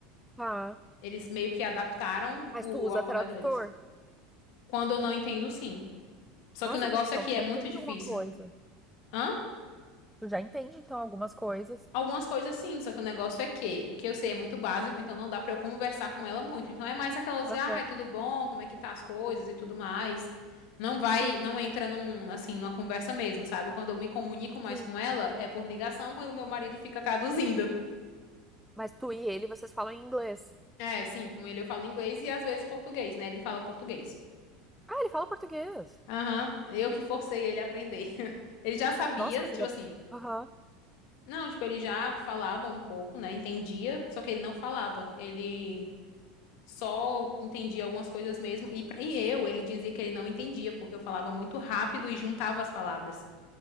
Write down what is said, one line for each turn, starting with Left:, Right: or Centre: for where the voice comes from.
Centre: Tá.
Left: Eles meio que adaptaram
Centre: Mas
Left: o
Centre: tu usa
Left: alfabeto
Centre: tradutor.
Left: deles. Quando eu não entendo, sim. Só
Centre: Nossa,
Left: que o negócio
Centre: mas então
Left: aqui
Centre: tu
Left: é
Centre: já
Left: muito
Centre: entende
Left: difícil.
Centre: alguma coisa.
Left: Hã?
Centre: Tu já entende, então, algumas coisas.
Left: Algumas coisas sim, só que o negócio é que o que eu sei é muito básico, então não dá pra eu conversar com ela muito. Então é mais aquelas,
Centre: aham.
Left: ai, tudo bom, como é que tá as coisas e tudo mais. Não vai,
Centre: Sim,
Left: não entra num, assim, numa conversa mesmo, sabe? Quando eu me comunico mais
Centre: sim.
Left: com ela, é por ligação, quando o meu marido fica traduzindo.
Centre: Mas tu e ele, vocês falam em inglês.
Left: É, sim, com ele eu falo inglês e às vezes português, né? Ele fala português.
Centre: Ah, ele fala português.
Left: Aham, eu que forcei ele a aprender. <laughs> Ele já sabia,
Centre: Nossa, mas
Left: tipo
Centre: ele
Left: assim,
Centre: é... Aham.
Left: não, tipo, ele já falava um pouco, né? Entendia, só que ele não falava. Ele Só entendia algumas coisas mesmo. E, pra- e eu, ele dizia que ele não entendia, porque eu falava muito rápido e juntava as palavras.